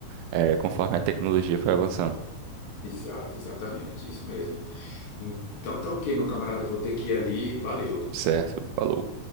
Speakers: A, on the right; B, on the left.
A: é, conforme a tecnologia foi avançando.
B: exato, exatamente, isso mesmo. Então tá ok, meu camarada, eu vou ter que ir ali, valeu.
A: Certo, falou.